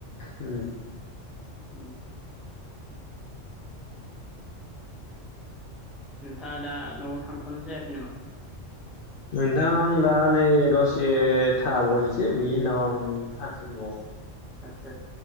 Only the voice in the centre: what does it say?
ओम नोंथाङा दा न'आव थांथारसिगोन सम जायाखै नामा?
आतसा